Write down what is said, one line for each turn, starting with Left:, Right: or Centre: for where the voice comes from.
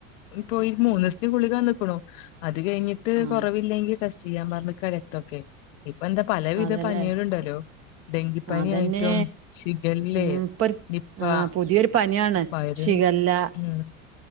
Left: ഇപ്പൊയീ മൂന്നീസത്തിന് ഗുളിക തന്ന്ക്ക്ണു അത് കയിഞ്ഞിട്ട്
Right: ആ
Left: കുറവില്ലെങ്കിൽ ടെസ്റ്റ് ചെയ്യാൻ പറഞ്ഞ്ക്കാ രക്തൊക്കെ. പ്പെന്താ പലവിധ
Right: അതെല്ലേ
Left: പനികള്ണ്ടല്ലോ? ഡെങ്കിപ്പനിയായിട്ടും
Right: അതന്നെ
Left: ഷിഗല്ലേ
Right: ഉം ഇപ്പൊ ഒരു
Left: നിപ്പ
Right: ആ പുതിയൊരു
Left: <unintelligible>
Right: പനിയാണ് ഷിഗല്ല
Left: ഉം